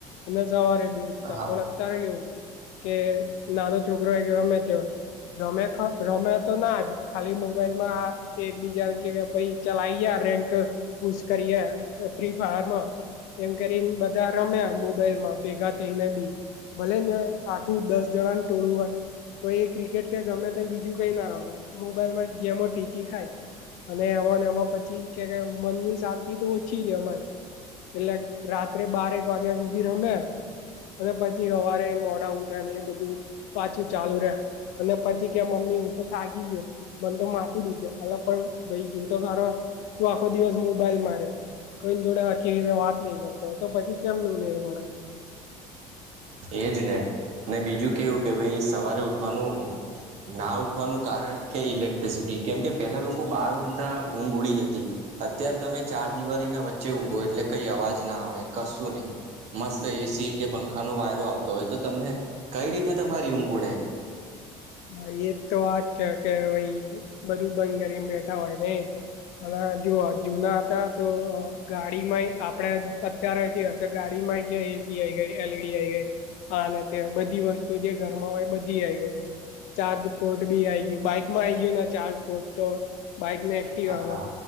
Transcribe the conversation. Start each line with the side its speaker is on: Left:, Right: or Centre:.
Left: અને સવારે બી
Right: હોય
Left: પણ
Right: હા
Left: અત્યારે એવું કે નાનો છોકરો કે રમે તે રમે ખ રમ્યા તો ના જ ખાલી મોબાઈલ માં એકબીજા ને કે ભાઈ ચલાઈ ગયા રેન્ક પૂછ કરીએ ફ્રી ફાયરમાં. એમ કરીને બધા રમ્યા મોબાઈલ માં ભેગા થઈને બી. ભલે ને આખું દસ જણાને ટોળું હોય તો એ ક્રિકેટ કે ગમે તો બીજું કઈ ના રમે. મોબાઈલ માં ગેમો ટીચી ખાય અને એને એમાં પછી કે મનની શાંતિ તો ઓછી છે અમાય એટલે રાત્રે બારેક વાગ્યા સુધી રમે અને પછી અવારે મોડા ઉધ એ બધું પાછું ચાલુ રે અને પછી મમ્મી હું તો થાગી ગયો મને તો માથું દુખ અલગ પણ ભાઈ ગયો તો ખરો આખો દિવસ મોબાઈલ માર્યા કોઈ જોડે હખી રીતે વાત નહી કરતો તો પછી કેમ ન ઉમેર પડે.
Right: એજ ને ને બીજું કેવું કે ભાઈ સવારે ઉઠવાનું ના ઉઠવાનું કારણ કે ઇલેક્ટ્રિસિટી કેમ કે પેલા લોકો બહાર ઊંઘા ઊંઘ ઉડી જતી. અત્યારે તમે ચાર દિવાળીના વચ્ચે ઊંઘો એટલે કઈ અવાજ ના આવે કસરત નઈ મસ્ત એસી કે પંખા ન વાયર આવતો હોય તો તમને કઈ રીતે તમારી ઊંઘ ઉડે.
Left: હા એ તો વાત છે કે ભાઈ બધું ભંધ કરીને બેઠા હોય ને અને જો જુના હતા તો ગાડીમાંય આપડે અત્યારે તો ગાડી માં ક્યા એસી આ આવી ગઈ એલઈડી આ આવી ગઈ. હા અને તે બધી વસ્તુ જે ઘર માં હોય બધી આવી જાય. ચાર્જ પોર્ટ બી આ ગયું બાઈક માં આ આવી ગયું ચાર્જ પોર્ટ તો. બાઈકને એક્ટવામાં
Right: હા